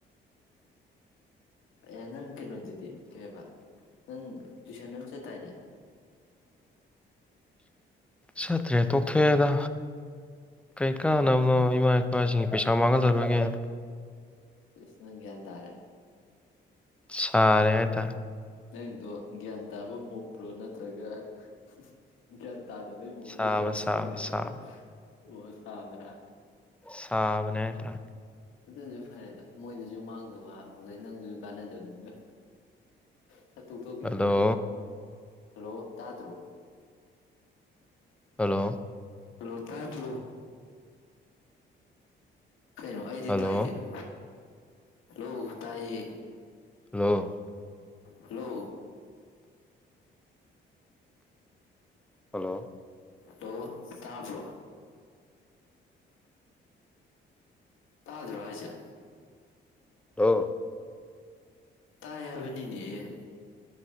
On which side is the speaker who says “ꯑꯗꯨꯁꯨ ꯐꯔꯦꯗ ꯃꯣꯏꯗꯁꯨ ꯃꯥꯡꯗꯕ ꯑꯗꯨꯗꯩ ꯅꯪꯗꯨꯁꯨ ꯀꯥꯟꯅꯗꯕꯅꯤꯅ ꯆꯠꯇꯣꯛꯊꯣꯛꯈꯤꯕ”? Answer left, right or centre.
Left